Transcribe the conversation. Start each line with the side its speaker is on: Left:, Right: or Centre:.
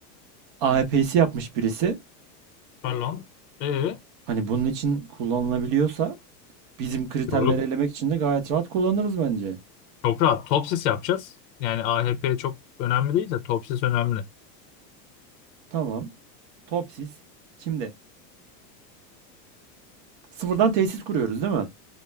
Right: AEP'si yapmış birisi.
Left: Pardon. Ee, yok,
Right: Hani bunun için kullanılabiliyorsa bizim kriterleri
Left: yok.
Right: elemek için de gayet rahat kullanırız bence.
Left: Çok rahat. Topsis yapacağız. Yani AHP çok önemli değil de topsis önemli.
Right: Tamam. Topsis. Şimdi sıfırdan tesis kuruyoruz değil mi?